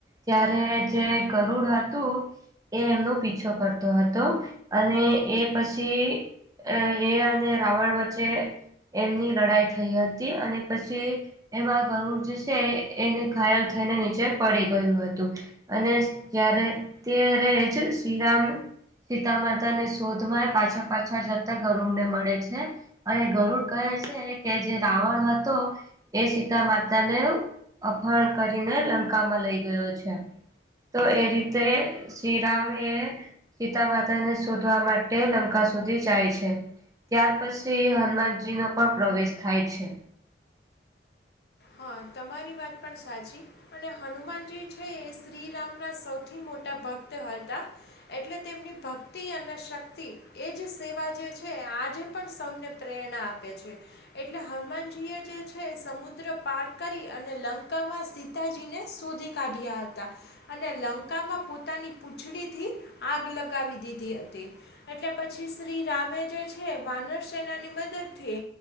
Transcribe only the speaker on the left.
હા તમારી વાત પણ સાચી અને હનુમાનજી છે એ શ્રીરામ ના સૌથી મોટા ભક્ત હતા. એટલે તેમની ભક્તિ અને શક્તિ એ જ સેવા જે છે આ જે પણ સૌને પ્રેરણા આપે છે. એટલે હનુમાનજીએ જે છે સમુદ્ર પાર કરી અને લંકામાં સીતાજીને શોધી કાઢ્યા હતા. અને લંકામાં પોતાની પૂંછડીથી આગ લગાવી દીધી હતી. એટલે પછી શ્રી રામે જે છે, વાનર સેનાની મદદ થી